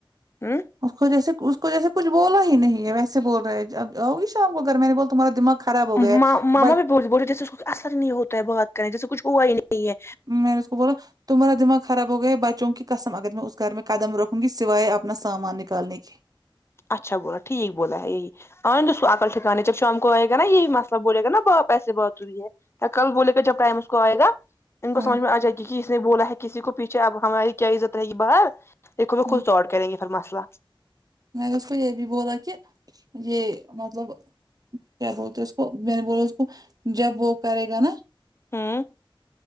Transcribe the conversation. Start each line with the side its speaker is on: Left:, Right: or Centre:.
Left: ہوں
Right: اس کو جیسے اس کو جیسے کچھ بولا ہی نہیں ہے ویسے بول رہے ہے اب آؤ گئی شام کو گھر میں نے بول تو تمہارا دماغ خراب ہو
Left: م
Right: گیا ہے
Left: مما
Right: بچ
Left: بھی بول بول رہی تھی جیسے اس کو اثر نہیں ہوتا ہے بات کرئیں جیسے کچھ ہوا ہی نہیں ہے
Right: میں نے اس کو بولا تمہارا دماغ خراب ہو گیا بچوں کی قسم اگر میں اس گھر میں قدم رکھوں گی سوائے اپنا سامان نکالنے کے
Left: اچھا بولا ٹھیک بولا ہے یہ انے دو اسکو عقل ٹھکانے جب شام کو آئے گا نا یہی مسئلہ اب بولے گا نا پاپ ایسے بات ہوی ہے کل بولے گا جب ٹائم اس کو آئے گا ان کو
Right: ہوں
Left: سمجھ میں آ جائے گی کی اس نے بولا ہے کسی کو پیچھے اب ہماری کیا عزت رہے گی باہر دیکھو وہ
Right: ہوں
Left: خود سورٹ کریں گے پھر مسئلہ
Right: میں نے اس کو یہ بھی بولا کہ یہ مطلب کیا بولتے اس کو میں نے بولا اس کو جب وہ کرے گا نا
Left: ہوں